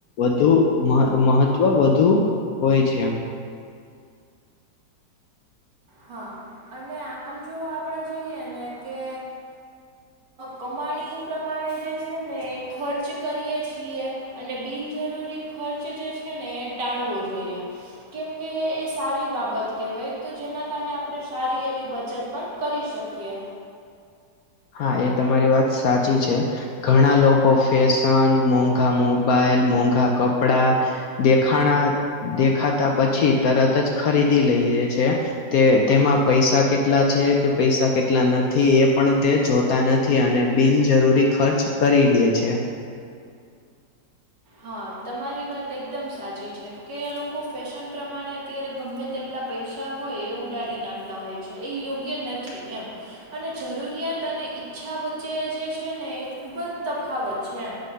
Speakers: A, on the left; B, on the right.
A: વધુ મહ મહત્વ વધુ હોય છે.
B: હા અને આમ જો આપણેે જઈએ ને કે કમાણી પ્રમાણે જે છે, ને ખર્ચ કરીએ છીએ. અને બિનજરૂરી ખર્ચ જે છે, ને એ ટાળવો જોઈએ. કેમ કે એ સારી બાબત કેહેવાય તો જેના કારણે આપણે સારી એવી બચત પણ કરી શકીએ.
A: હા એ તમારી વાત સાચી છે. ઘણા લોકો ફેશન મોંઘા મોબાઈલ, મોંઘા કપડા દેખાણા દેખાતા પછી તરત જ ખરીદી લઈએે છે. તે તેમાં પૈસા કેટલા છે, કે પૈસા કેટલા નથી એ પણ તે જોતા નથી, અને બિનજરૂરી ખર્ચ કરી દે છે.
B: હા તમારી વાત એકદમ સાચી છે, કે લોકો ફેશન પ્રમાણે અત્યારે ગમે તેટલા પૈસા હોય એ ઉડાડી નાખતા હોય છે એ યોગ્ય નથી એમ. અને જરૂરિયાત અને ઈચ્છા વચ્ચે જે છે, ને એ ખૂબ જ તફાવત છે એમ.